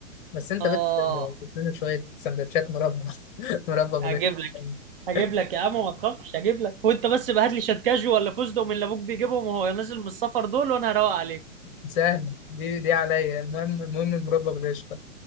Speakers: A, on the left (about 40°); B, on the right (about 45°).
A: بس انت
B: اه
A: بس كنت لنا شوية سندوتشات مربى <laughs> مربى بجد
B: هجيب لك هجيب لك يا عم ما تخافش هجيب لك وانت بس بقى هات لي شات كاجو ولا فوزدو من اللي ابوك بيجيبهم وهو نازل من السفر دول وانا هروق عليك
A: سهل دي دي عليا المهم المهم المربى بالقشطة